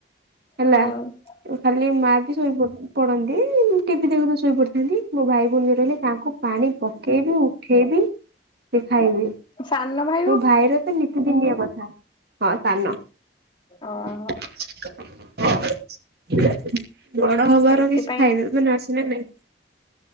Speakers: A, on the right; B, on the left.
A: ହେଲା
B: ହଁ-ଅଁ-ଅ
A: ଖାଲି ମା ବି ଶୋଇପ ପଡନ୍ତି ଟିଭିି ଦେଖୁ ଦେଖୁ ଶୋଇ ପଡିଥାନ୍ତି ମୋ ଭାଇ ଭଉଣୀ ଯୋଉ ରହିଲେ ତାଙ୍କୁ ପାଣି ପକେଇବି ଉ ଉଠେଇବି ସେ ଖାଇବେ।
B: ସାନ ଭା
A: ମୋ ଭାଇର ତ ନିତିଦିନିଆ କଥା, ହଁ ସାନ।
B: ଓହୋ।
A: <unintelligible> ବଡ ହବାର
B: ସେଇଥିପାଇଁ
A: କିଛି ଫାଇଦା
B: ହୁଁ
A: ମାନେ ଆଛି ନା ନାଇଁ?